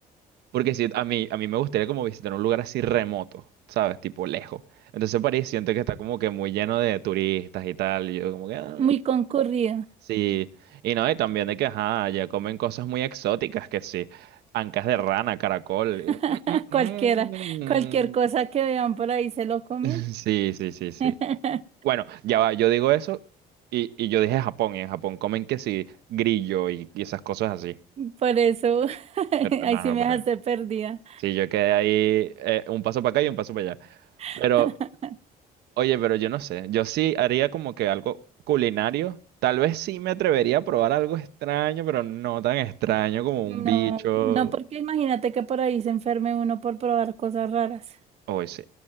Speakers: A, on the right (about 75°); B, on the right (about 40°).
A: porque si a mí, a mí me gustaría como visitar un lugar así remoto, ¿sabes? Tipo lejos. Entonces París siento que está como que muy lleno de turistas y tal, y yo como que... ah.
B: Muy concurrido.
A: Sí, y no, y también de que, ajá, ya comen cosas muy exóticas, que sí, ancas de rana, caracol.
B: <laughs>
A: mm,
B: Cualquiera,
A: mm,
B: cualquier
A: mm.
B: cosa que vean por ahí se lo comen.
A: <laughs> Sí, sí, sí, sí.
B: <laughs>
A: Bueno, ya va, yo digo eso y, y yo dije Japón, y en Japón comen que sí, grillo y, y esas cosas así.
B: Por eso, <laughs>
A: Pero,
B: ahí
A: no,
B: sí
A: no,
B: me
A: pero...
B: dejaste perdida.
A: Sí, yo quedé ahí eh, un paso para acá y un paso para allá.
B: <laughs>
A: Pero, oye, pero yo no sé, yo sí haría como que algo culinario. Tal vez sí me atrevería a probar algo extraño, pero no tan extraño como
B: No,
A: un bicho.
B: no, porque imagínate que por ahí se enferme uno por probar cosas raras.
A: OS.